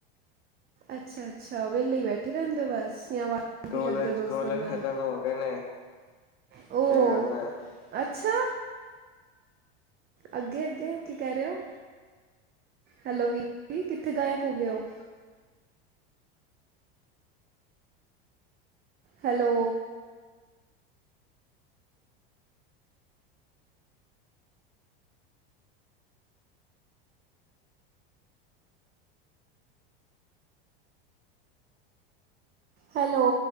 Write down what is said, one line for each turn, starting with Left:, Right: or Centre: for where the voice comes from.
Right: ਅੱਛਾ, ਅੱਛਾ ਵੇਹਲੇ ਬੈਠੇ ਰਹਿੰਦੇ ਹੋ ਬਸ। ਜਾਂ ਵਾਰਦੀ
Left: ਕੋਲਜ,
Right: ਕਰਦੇ ਹੋ ਦੋਸਤਾਂ
Left: ਕੋਲਜ
Right: ਦੇ ਨਾਲ
Left: ਖਤਮ ਹੋ ਗਏ ਨੇ,
Right: ਓ
Left: ਤੇ ਹੂਨ
Right: ਅੱਛਾ, ਅੱਗੇ -ਅੱਗੇ ਕੀ ਕਹਿ ਰਹੇ ਹੋ? ਹੈਲੋ ਵੀਰ ਜੀ ਕਿੱਥੇ ਗਾਇਬ ਹੋ ਗਏ ਔ? ਹੈਲੋ। ਹੈਲੋ